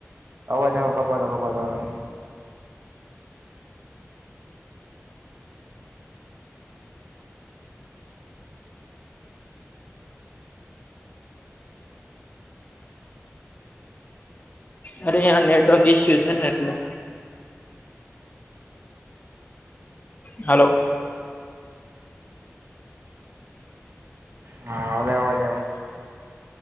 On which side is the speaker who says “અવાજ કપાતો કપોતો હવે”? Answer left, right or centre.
Right